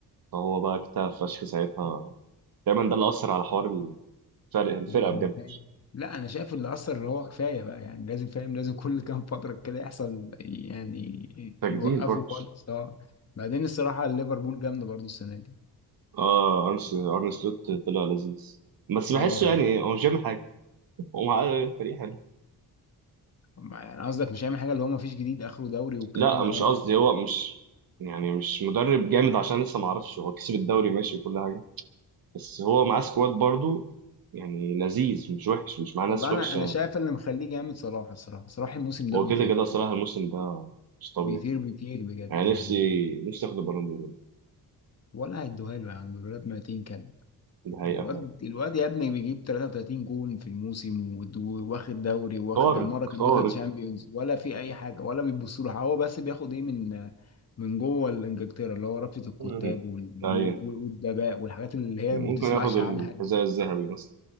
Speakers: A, on the right (about 60°); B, on the left (about 40°).
A: فهو بقى اكتئب فشخ ساعتها دايما ده اللي اثر على حوار الفرق الفرقه
B: مم.
A: بجد
B: فاهم. لا انا شايف اللي اثر اللي هو كفايه بقى يعني لازم فاهم لازم كل كام فتره كده يحصل يعني
A: تجديد
B: يوقفوا
A: برضه
B: خالص اه بعدين الصراحه ليفربول جامده برضو السنه دي
A: اه ارن أرن سلوت طلع لذيذ بس
B: اه
A: بحسه يعني
B: لا
A: هو مش بيعمل حاجه هو معاه فريق حلو
B: ما يعني قصدك مش هيعمل حاجه اللي هو ما فيش جديد اخره دوري والكلام
A: لا
B: ده
A: مش
B: ولا
A: قصدي هو مش يعني مش مدرب جامد عشان لسه ما اعرفش هو كسب الدوري ماشي وكل حاجه بس هو معاه سكواد برضو يعني لذيذ مش وحش مش معاه ناس
B: والله
A: وحشه
B: انا انا شايف اللي مخليه جامد صلاح الصراحه صلاح الموسم ده
A: هو
B: بيطير
A: كده كده صراحه الموسم ده مش طبيعي
B: بيطير بيطير بجد
A: يعني
B: يعني
A: نفسي نفسي اخد البالون دور
B: ولا هيدوها له يا عم الولاد ميتين كلب
A: ده حقيقه
B: الواد الواد يا ابني بيجيب 33 جون في الموسم ود- واخد دوري واخد
A: خارق
B: كان مره
A: خارق
B: كان واخد شامبيونز ولا في اي حاجه ولا بيبصوا له هو بس بياخد ايه من من جوه الانجلترا اللي هو رابطه الكتاب
A: مم.
B: وال-
A: ايوه
B: وال- والادباء والحاجات اللي هي ما بتسمعش
A: ممكن ياخد الحذاء
B: عنها
A: الذهبي مثلا